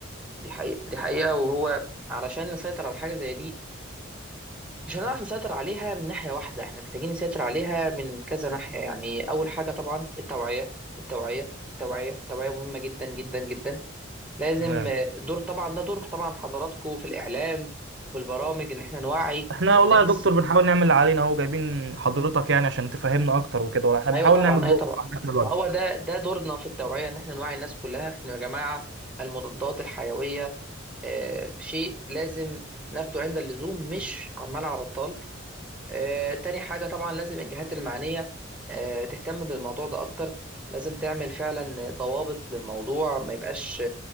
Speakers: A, in the centre; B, on the right.
A: دي حقيقة دي حقيقة وهو علشان نسيطر على حاجة زي دي مش هنعرف نسيطر عليها من ناحية واحدة احنا محتاجين نسيطر عليها من كذا ناحية يعني اول حاجة طبعا التوعية التوعية التوعية التوعية مهمة جدا جدا جدا لازم
B: تمام
A: آه، دور طبعا ده دور طبعا حضراتكم في الاعلام وفي البرامج ان احنا نوعي
B: احنا
A: الناس
B: والله يا دكتور بنحاول نعمل اللي علينا اهو جايبين حضرتك يعني عشان تفهمنا اكتر وكده وإحنا بنحاول
A: ايوه طبعا
B: نعمل
A: ايوه
B: دور
A: طبعا
B: على قد ما نقدر.
A: هو ده ده دورنا في التوعيه ان احنا نوعي الناس كلها في انه يا جماعه المضادات الحيويه آه، شيء لازم ناخده عند اللزوم مش عمال على بطال آه، تاني حاجه طبعا لازم الجهات المعنيه آه، تهتم بالموضوع ده اكتر لازم تعمل فعلا ضوابط للموضوع ما يبقاش